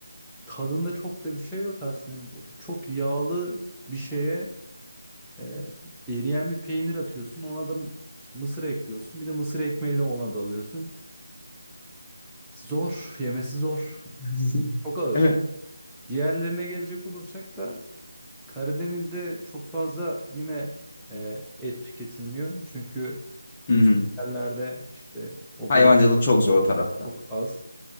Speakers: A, in the centre; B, on the left (about 25°).
A: tadında çok da bir şey yok aslında. Çok yağlı bir şeye Ee, eriyen bir peynir atıyorsun. Ona da işte mısır ekliyorsun. Bir de mısır ekmeğiyle ona da alıyorsun. Zor. Yemesi zor.
B: <laughs>
A: Çok ağır.
B: Evet.
A: Diğerlerine gelecek olursak da Karadeniz'de çok fazla yine e, et tüketilmiyor. Çünkü yüksek
B: Hı hı.
A: yerlerde işte o
B: Hayvancılık
A: bölge
B: çok zor o tarafta.
A: çok az.